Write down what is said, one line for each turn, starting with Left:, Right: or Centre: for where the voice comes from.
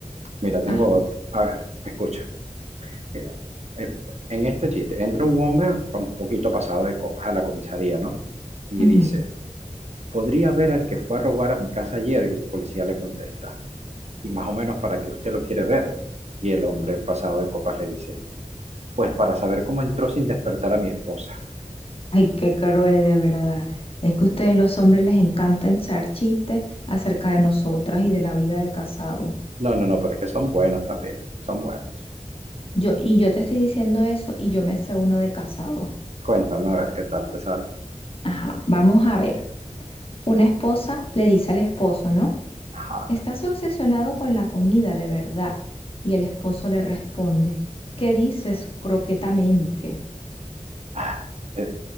Right: Mira, tengo
Left: Ah,
Right: otro. A ver, escucha. Mira, eh, en este chiste entra un hombre pa- un poquito pasado de copas a la comisaría, ¿no? Y
Left: Ujú.
Right: dice, podría ver al que fue a robar a mi casa ayer y el policía le contesta. y más o menos para qué usted lo quiere ver. Y el hombre pasado de copas le dice, pues para saber cómo entró sin despertar a mi esposa.
Left: Ay, qué cruel, de verdad. Es que a ustedes los hombres les encanta echar chistes acerca de nosotras y de la vida de casado.
Right: No, no, no, pero es que son buenos también, son buenos.
Left: Yo, y yo te estoy diciendo eso y yo me sé uno de casado.
Right: Cuéntame a ver qué tal te sale.
Left: Ajá, vamos a ver. Una esposa le dice al esposo, ¿no?
Right: Ajá.
Left: Estás obsesionado con la comida, de verdad. Y el esposo le responde, ¿qué dices croquetamente?
Right: Ah, eh,